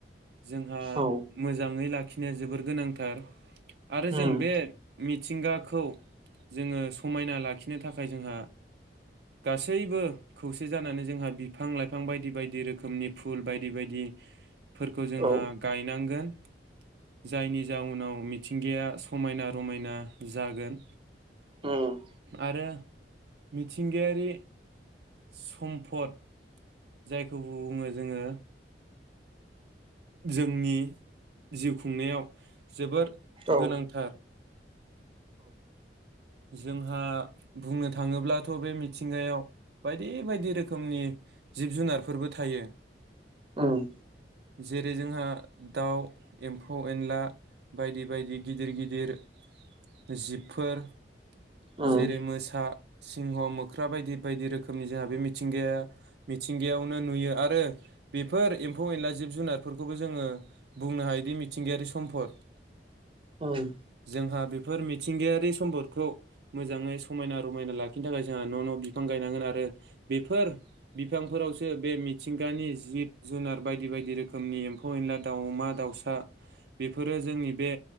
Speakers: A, on the right; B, on the right.
A: जोंहा
B: औ
A: मोजाङै लाखिनो जोबोर गोनांथार आरो जों
B: उम
A: बे मिथिंगाखौ जोङो समायना लाखिनो थाखाय जोंहा गासैबो खौसे जानानै जोंहा बिफां लाइफां बायदि बायदि रोखोमनि फुल बायदि बायदि फोरखौ जोंहा
B: औ
A: नांगोन जायनि जाउनाव मिथिंगाया समायना रमायना जागोन
B: उम
A: आरो मिथिंगायारि सम्पद जायखौ बुङो जोङो जोंनि जिउ खुंनायाव जोबोर
B: औ
A: गोनांथार। जोंहा बुंनो थाङोब्लाथ' बे मिथिंगायाव बायदि बायदि रोखोमनि जिब जुनारफोरबो थायो
B: उम
A: जेरै जोंहा दाउ एम्फौ- एनला बायदि बायदि गिदिर गिदिर जिबफोर
B: उम
A: जेरै मोसा सिंह मोख्रा बायदि बायदि रोखोमनि जोंहा बे मिथिंगाया मिथिंगायावनो नुयो आरो बेफोर एम्फौ एनला जिब जुनारफोरखौबो जोङो बुंनो हायोदि मिथिंगायारि सम्पद
B: उम
A: जोंहा बेफोर मिथिंगायारि सम्पद खौ मोजाङै समायना रमायना लाखिनो थाखाय जोंहा न' न' बिफां गायनांगोन आरो बेफोर बिफांफोरावसो बे मिथिंगानि जिब-जुनार बायदि बायदि रोखोमनि एम्फौ- एनला दाउमा-दाउसा बेफोरो जोंनि बे